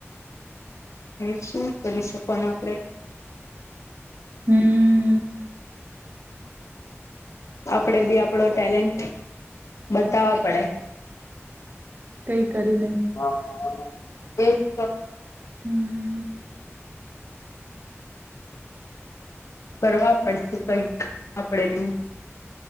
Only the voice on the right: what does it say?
હમ્મ.
કઈ કરી ને.
હમ્મ.